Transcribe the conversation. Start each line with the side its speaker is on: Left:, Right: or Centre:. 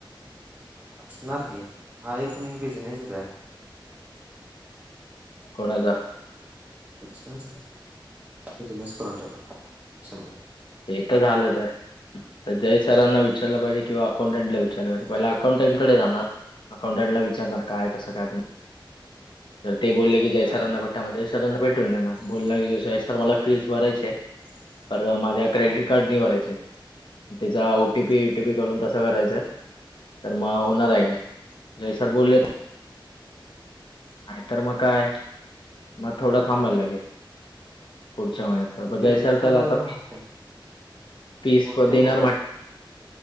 Right: असणार की हा एक पण एक बिझनेसच आहे.
Left: कोणाचा?
Right: शिक्षण बिजनेस करून ठेवला शिक्षणाचा.
Left: ते तर झालंच आहे. तर जय सरांना विचारलं पाहिजे किंवा अकाउंटंला विचारलं पाहिजे पहिला अकाउंटंन कडे जाणार अकाउंटंटला विचारणार काय कसं काय तर ते बोलले की जय सरांना
Right: हा
Left: सरांना भेटून जाणार बोलला सर मला फीस भरायची आहे पर्वा माझ्या क्रेडिट कार्ड नि भरायचे त्याचा ओटीपी युटीपी करून तसं करायच. तर मग होणार आहे काय ते सर बोलले नाही तर मग काय मग थोडं थांबायल लागेल. पुढच्या महिन्यात
Right: हा
Left: परत म
Right: क्रेडिट
Left: जयसल
Right: कार्ड
Left: तर
Right: वरून
Left: आता
Right: होतय
Left: फिस
Right: होतय
Left: प देणार
Right: बहुतेक
Left: वाटतं